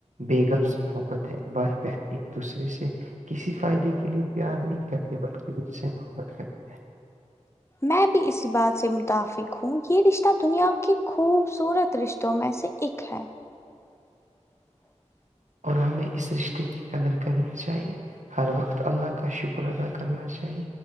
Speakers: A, on the right; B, on the left.
A: بے گھر حبت ہے ب بن ایک دوسرے سے کسی فائدے کے لیے پیار نہیں کرتے بلکہ دل سے محبت کرتے
B: میں بھی اسی بات سے متفق ہوں یہ رشتہ دنیا کے خوبصورت رشتوں میں سے ایک ہے <inaudible>
A: اور ہمیں اس رشتے کی کدر کرنی چاہیے ہر وقت اللہ کا شکر ادا کرنا چاہیے